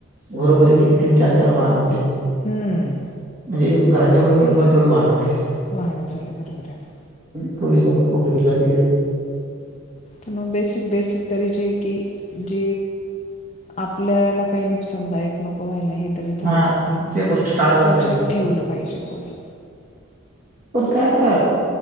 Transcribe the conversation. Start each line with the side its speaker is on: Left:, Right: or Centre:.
Right: बरोबरी तीन तीन चार चार वाहनं झाली
Left: हम्म
Right: म्हणजे घरात जेवढे मेंबर तेवढेच पहाणे ही झाली
Left: वाहण झालं बरोबर आहे
Right: त पुर
Left: पण बेसिक बेसिक तरीचे की ज आपल्याला काही नुकसानदायक नको व्हायला हे थोडस
Right: हा
Left: आपण
Right: ते गोष्ट टाळायला
Left: लक्षात
Right: पाहिजे.
Left: ठेवलं पाहिजे ग अस
Right: पण काय आता